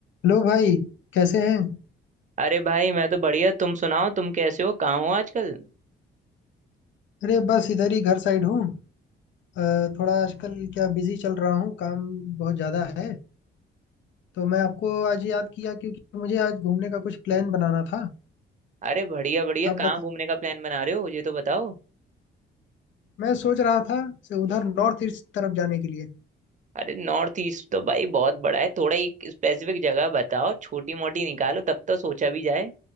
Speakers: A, on the left; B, on the right.
A: Hello भाई कैसे हैं
B: अरे भाई मैं तो बढ़िया तुम सुनाओ तुम कैसे हो कहाँ हो आजकल
A: अरे बस इधर ही घर साइड हूँ अ, थोड़ा आजकल क्या बिजी चल रहा हूँ काम बहुत ज़्यादा है तो मैं आपको आज याद किया क्योंकि मुझे आज घूमने का कुछ प्लान बनाना था
B: अरे बढ़िया बढ़िया
A: आप
B: कहाँ
A: बता
B: घूमने का प्लान बना रहे हो ये तो बताओ
A: मैं सोच रहा था से उधर नॉर्थ ईस्ट तरफ जाने के लिए
B: अरे नॉर्थ ईस्ट तो भाई बहुत बड़ा है थोड़ा एक स्पेसिफिक जगह बताओ छोटी मोटी निकालो तब तो सोचा भी जाए